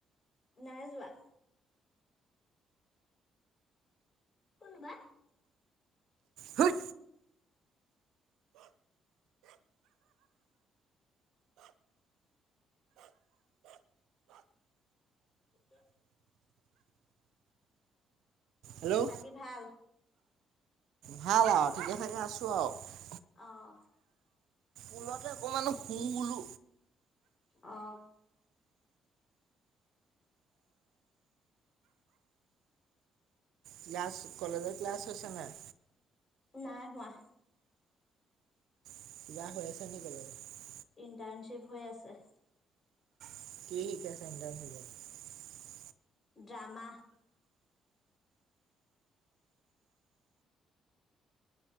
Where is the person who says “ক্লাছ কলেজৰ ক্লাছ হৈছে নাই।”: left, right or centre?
Right